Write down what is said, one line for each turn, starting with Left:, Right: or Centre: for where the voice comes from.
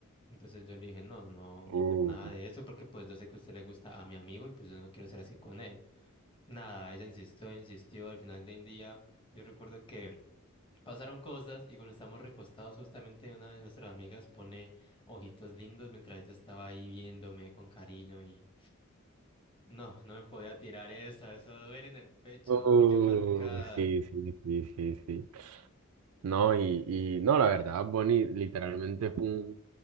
Left: Entonces yo le dije, no, no,
Right: Uh,
Left: nada de eso, porque pues yo sé que a usted le gusta a mi amigo y pues yo no quiero ser así con él. Nada, ella insistió, insistió, al final del día yo recuerdo que pasaron cosas y cuando estamos recostados justamente una de nuestras amigas pone ojitos lindos mientras ella estaba ahí viéndome con cariño y no, no me podía tirar esa, eso duele en el pecho,
Right: uh,
Left: queda marcada.
Right: sí, sí, sí, sí, sí. No, y, y no, la verdad, Bonnie literalmente es un,